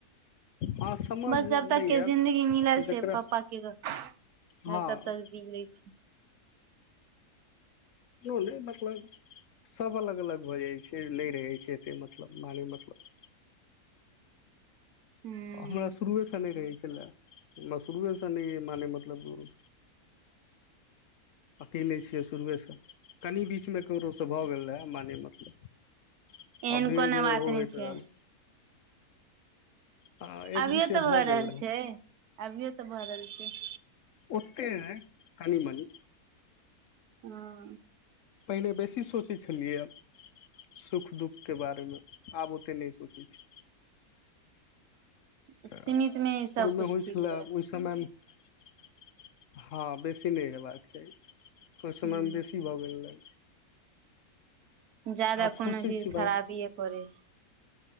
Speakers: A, on the left; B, on the right.
A: हँ समझ
B: बस
A: नहि
B: जब तक
A: आयत
B: के जिंदगी मिलल
A: जकरा
B: छैय पापा के नहि
A: हँ
B: तब तक जी लै छी।
A: नू नहि मतलब सभ अलग अलग भऽ जाइ छैय नहि रहै छैय एतेक मतलब माने मतलब।
B: हूँ
A: हमरा शुरुएसँ नहि रहै छी। म सुरूएसँ नहि मानै मतलब अकेले छियै शुरुएसँ कनि बीचमे ककरोसँ भऽ गेल रहए माने मतलब।
B: एहन
A: आब धीरे
B: कोनो
A: धीरे
B: बात
A: ओहो
B: नहि
A: होइत
B: छै
A: रहल। आ एक
B: अभियो
A: बीचे
B: तऽ भऽ
A: गेल
B: रहल
A: रहए
B: छैय, अभियो तऽ भऽ रहल छैय।
A: ओतेक नै कनि मनि।
B: हँ
A: पहिने बेसी सोचै छलियैए। सुख दुखके बारेमे आब ओतेक नहि सोचै छी। तऽ
B: सीमित मे ही सबकुछ
A: ओहिमे होइ
B: ठीक
A: छलै
B: रहे
A: ओहि समय में हँ बेसी नहि हेबाक चाही कोई सामान
B: हूँ
A: बेसी भऽ गेलै
B: जादा
A: आब
B: कोनो
A: सोचै
B: चीज
A: छी
B: खराबीए
A: भाय
B: करै हई